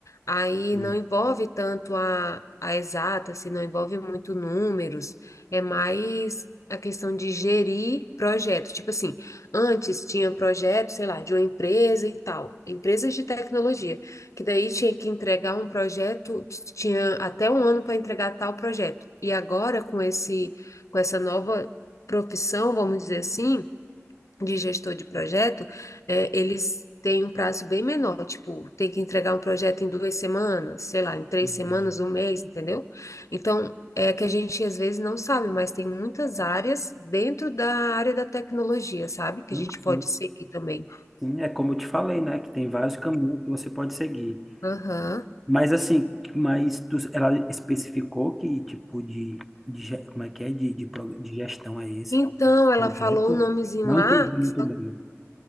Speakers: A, on the left; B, in the centre.
A: Aí
B: hum,
A: não envolve tanto a, a exata, se não envolve muito números, é mais a questão de gerir projetos. Tipo assim, antes tinha projeto, sei lá, de uma empresa e tal, empresas de tecnologia, que daí tinha que entregar um projeto, tinha até um ano para entregar tal projeto. E agora com esse, com essa nova profissão, vamos dizer assim, de gestor de projeto, é, eles têm um prazo bem menor, tipo, tem que entregar um projeto em duas semanas, sei lá, em três
B: hum.
A: semanas, um mês, entendeu? Então, é que a gente às vezes não sabe, mas tem muitas áreas dentro da área da tecnologia, sabe? Que
B: Enfim,
A: a gente
B: sim,
A: pode seguir também.
B: sim. é como eu te falei, né? Que tem vários caminhos que você pode seguir.
A: Aham.
B: Mas assim, mas tu- ela especificou que tipo de, de ge- como é que é? De, de, pro- de gestão é esse
A: Então, ela
B: projeto?
A: falou o nomezinho
B: Não
A: lá,
B: entendi
A: que
B: muito
A: só-
B: bem.